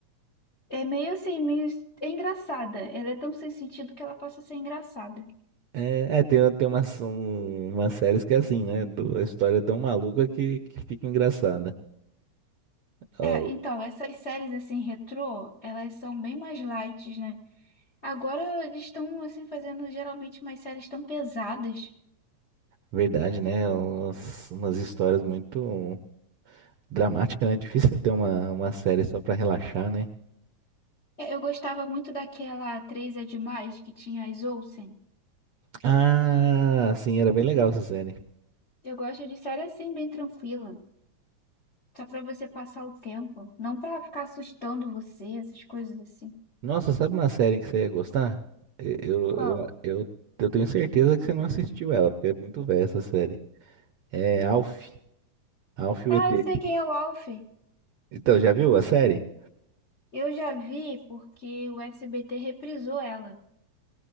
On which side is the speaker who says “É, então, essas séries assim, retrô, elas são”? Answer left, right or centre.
Left